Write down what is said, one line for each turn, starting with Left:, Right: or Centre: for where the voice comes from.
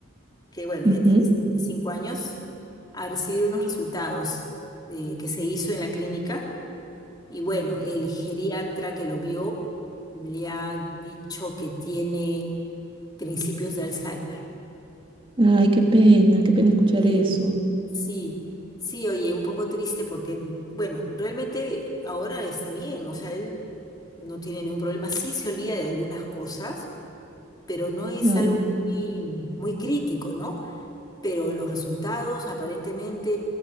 Left: que, bueno,
Right: Ujú.
Left: ya tiene 75 años a recibir unos resultados de, que se hizo en la clínica y, bueno, el geriatra que lo vio le ha dicho que tiene principios de Alzheimer.
Right: Ay, qué pena, qué pena escuchar
Left: Sí,
Right: eso.
Left: sí, sí, oye, un poco triste porque, bueno, realmente ahora está bien, o sea, él no tiene ningún problema, sí se olvida de algunas cosas, pero no es
Right: Claro.
Left: algo muy, muy crítico, ¿no? Pero en los resultados aparentemente